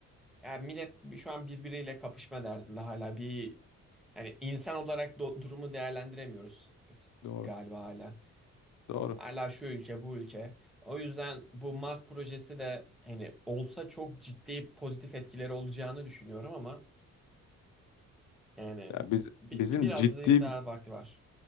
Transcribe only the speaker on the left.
Doğru.
Doğru.
Ya biz
bizim
ciddi